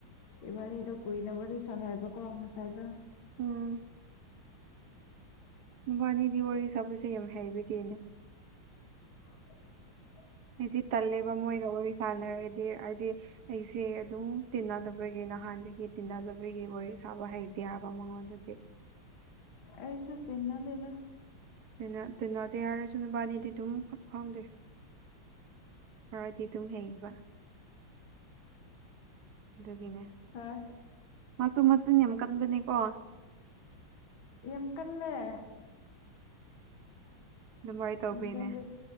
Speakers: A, on the left; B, on the right.
A: ꯏꯃ ꯏꯗꯣ ꯀꯨꯏ ꯅꯕ ꯆꯅ ꯍꯥꯏꯕ ꯀꯣ ꯉꯁꯥꯏꯗꯣ
B: ꯎꯝ ꯃꯕꯥꯅꯤꯗꯤ ꯋꯥꯔꯤ ꯁꯥꯕꯁꯦ ꯌꯥꯝ ꯍꯩꯕꯒꯤꯅꯤ
A: <unintelligible>
B: ꯍꯥꯏꯗꯤ ꯇꯜꯂꯦꯕ ꯃꯣꯏꯒ ꯋꯥꯔꯤ ꯁꯥꯟꯅꯔꯗꯤ ꯍꯥꯏꯗꯤ ꯑꯩꯁꯦ ꯑꯗꯨꯝ ꯇꯤꯟꯅꯗꯕꯒꯤ ꯅꯍꯥꯟꯗꯒꯤ ꯇꯤꯟꯅꯗꯕꯒꯤ ꯋꯥꯔꯤ ꯁꯥꯕ ꯍꯩꯇꯦ ꯍꯥꯏꯕ ꯃꯉꯣꯟꯗꯗꯤ
A: ꯑꯩꯁꯨ ꯇꯤꯟꯅꯗꯦꯗ
B: ꯑꯩꯅ ꯇꯤꯟꯅꯗꯦ ꯍꯥꯏꯔꯁꯨ ꯅꯨꯕꯥꯅꯤꯗꯤ ꯑꯗꯨꯝ ꯈꯪꯗꯦ ꯈꯔꯗꯤ ꯑꯗꯨꯝ ꯍꯩꯕ ꯑꯗꯨꯒꯤꯅꯦ
A: ꯍꯣꯏ
B: ꯃꯥꯁꯨ ꯃꯆꯤꯟ ꯌꯥꯝ ꯀꯟꯕꯅꯦꯀꯣ
A: ꯌꯥꯝ ꯀꯜꯂꯦ
B: ꯑꯗꯨꯃꯥꯏꯅ ꯇꯧꯕꯤꯅꯦ
A: ꯃꯁꯦꯜꯗꯤ